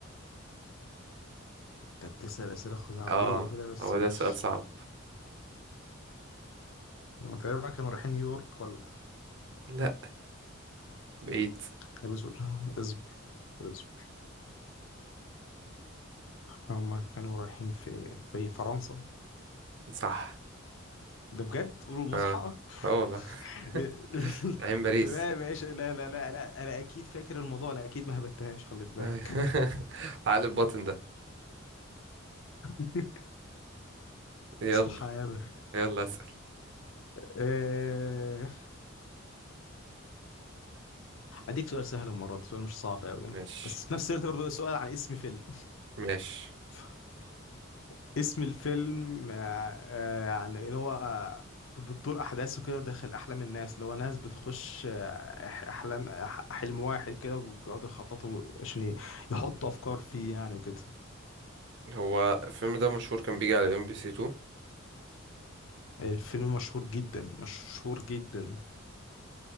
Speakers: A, on the left; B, on the right.
A: انت بتسأل أسئلة خزعبلية
B: اه
A: كده بس
B: هو
A: ماشي
B: ده سؤال صعب
A: هما تقريبا كانوا رايحين نيويورك ولا
B: لا بعيد
A: طب اصبر اصبر اصبر هما كانوا رايحين في في فرنسا
B: صح
A: ده بجد قولوا المصحى
B: اه اه والله
A: <laughs>
B: <laughs> رايحين باريس
A: تمام ماشي لا لا لا لا انا اكيد فاكر الموضوع انا اكيد ما هبتهاش خلي في بالك
B: <laughs> العقل الباطن ده
A: <laughs>
B: يلا
A: سبحان الله
B: يلا اسأل
A: آه، اديك سؤال سهل المره دي سؤال مش صعب قوي يعني.
B: ماشي
A: بس في نفس الوقت برضه سؤال عن اسم فيلم
B: ماشي
A: <laughs> اسم الفيلم آه، آه، يعني اللي هو بتدور احداثه كده داخل احلام الناس اللي هو ناس بتخش آه، احلام أح- حلم واحد كده وبيقعدوا يخططوا عشان ي- يحطوا افكار فيه يعني وكده
B: هو الفيلم ده مشهور كان بيجي على ام بي سي 2
A: الفيلم مشهور جدا مشهور جدا